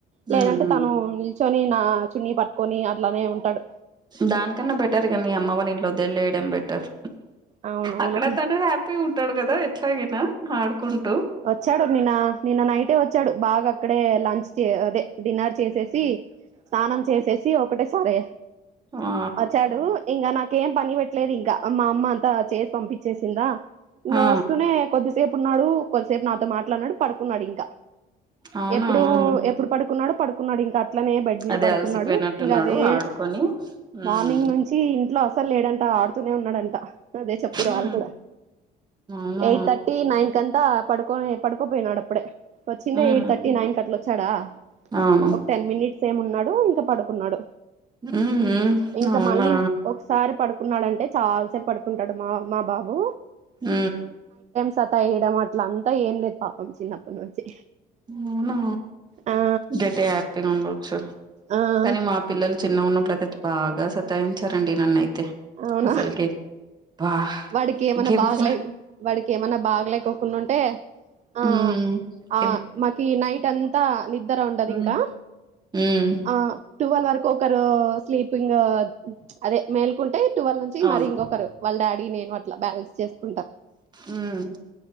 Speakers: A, on the right; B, on the right.
A: లేదంటే
B: ఉమ్ ఉమ్
A: తను నిల్చొని నా చున్నీ పట్టుకొని అట్లానే ఉంటాడు
B: దానికన్నా బెటర్ ఇక మీ అమ్మ వాళ్ళ ఇంట్లో వదిలేయడం బెటర్
A: అవునవును
B: అక్కడ తను హ్యాపీ ఉంటాడు కదా ఎట్లాగైనా ఆడుకుంటా
A: వచ్చాడు నిన్న నిన్న నైటే వచ్చాడు బాగా అక్కడే లంచ్ చే అదే డిన్నర్ చేసేసి స్నానం చేసేసి ఒకటే సారే
B: ఆ
A: వచ్చాడు ఇంకా నాకు నాకేం పని పెట్టలేదు ఇంకా మా అమ్మ అంతా చేసి పంపించేసిందా ఇంకా
B: ఆ
A: వస్తూనే కొద్ది సేపు ఉన్నాడు కొద్దిసేపు నాతో మాట్లాడినాడు పడుకున్నాడు ఇంకా
B: అవునా
A: ఎప్పుడు
B: హ్మ్.
A: ఎప్పుడు పడుకున్నాడో పడుకున్నాడు ఇంకా ఇట్లనే బెడ్ మీద
B: అదే
A: పడుకున్నాడు
B: అలసిపోయినట్టున్నాడు
A: ఇంకా అదే
B: ఆడుకొని ఉమ్
A: మార్నింగ్ నుంచి ఇంట్లో అస అసలు లేడంట ఆడుతూనే ఉన్నాడంట అదే చెప్పిరు
B: ఉమ్
A: వాళ్ళు కూడా
B: అవునా
A: ఎయిట్ థర్టీ నైన్ కంతా పడుకోని పడుకోపోయినాడు అప్పుడే వచ్చిందే
B: ఉమ్
A: ఎయిట్ థర్టీ నైన్ కట్లా వచ్చాడా
B: అవును
A: ఒక టెన్ మినిట్స్ ఏమో ఉన్నాడు ఇంకా పడుకున్నాడు
B: ఉమ్
A: ఇంకా
B: అవునా
A: మళ్ళీ ఒకసారి పడుకున్నాడం అంటే చాలాసేపు పడుకుంటాడు మా మా బాబు
B: ఉ
A: సతాయిండం అట్ల అంతా ఏం లేదు పాపం చిన్నప్పటి నుంచి
B: అవునా
A: ఆ
B: గ్రేట్ హ్యాపీగా ఉండవచ్చు
A: ఆ
B: కానీ మా పిల్లలు చిన్న ఉన్నప్పుడు అయితే బాగా సతాయించారండి నన్నయితే
A: అవునా
B: అసలుకి బా
A: వాడికి ఏమన్నా
B: ఇంకెవ్వరు
A: బాగాలే వాడికి ఏమన్నా బాగలేకోకుండా ఉంటే ఆ
B: ఉ
A: ఆ మాకి నైట్ అంతా నిదర ఉండదు
B: మ్మ్
A: ఇంకా
B: మ్మ్
A: ఆ టువల్ వరకు ఒక్కరు స్లీపింగ్ అదే మేల్కుంటే టువెల్ నుంచి
B: అవును
A: మరి ఇంకొకరు వాళ్ళ డాడీ నేను బ్యాలన్ చేసుకుంట
B: మ్మ్